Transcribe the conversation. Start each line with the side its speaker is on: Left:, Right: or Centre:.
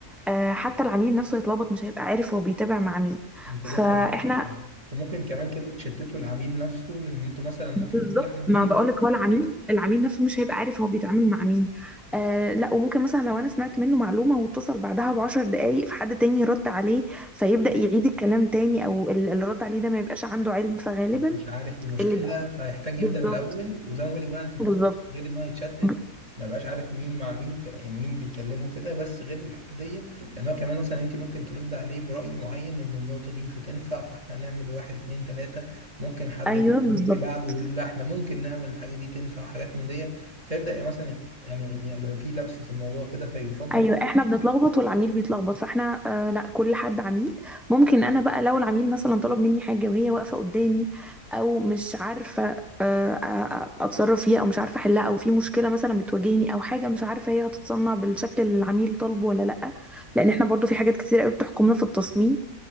Centre: آه، حتى العميل نفسه يتلخبط مش هيبقى عارف هو بيتابع مع مين
Right: أنت
Centre: فاحنا
Right: لسه قايل لك يعني. وممكن كمان كده تشتتوا العميل نفسه لأن أنتوا مثلا ممكن
Centre: بالظبط
Right: كل حد
Centre: ما
Right: فيكم
Centre: بقولك هو العميل العميل نفسه مش هيبقى عارف هو بيتعامل مع مين آه لا وممكن مثلا لو انا سمعت منه معلومه واتصل بعدها بعشر دقايق فحد تاني رد عليه فيبدا يعيد الكلام تاني او ال- اللي رد عليه ده ما يبقاش عنده علم فغالبا
Right: مش عارف المشكله
Centre: اللي
Right: فيحتاج يبدا
Centre: بالظبط
Right: من الاول وزي ما بقول لك بقى انت ممكن
Centre: بالظبط
Right: غير ان هو يتشتت
Centre: ب-
Right: ما يبقاش عارف مين مع مين وكلا يعني مين بيكلمه كده بس غير الحته دي ان هو كمان مثلا انت ممكن ترد عليه براي معين ان النقطه دي مش هتنفع فاحنا هنعمل واحد اتنين تلاته ممكن حد
Centre: ايوه
Right: غيره
Centre: بالظبط
Right: يجي بعده يقول له لا احنا ممكن نعمل الحاجه دي تنفع وحاجات من دي فيبدا يعني مثلا يعني يبقى في لبس في الموضوع كده فيفضل
Centre: ايوه احنا بنتلخبط والعميل بيتلخبط فاحنا آه لا كل حد عميل ممكن انا بقى لو العميل مثلا طلب مني حاجه وهي واقفه قدامي او مش عارفه آه آه، اتصرف فيها او مش عارفه احلها او في مشكله مثلا بتواجهني او حاجه مش عارفه هي هتتصنع بالشكل اللي العميل طالبه ولا لا لان احنا برضو في حاجات كتير قوي بتحكمنا في التصميم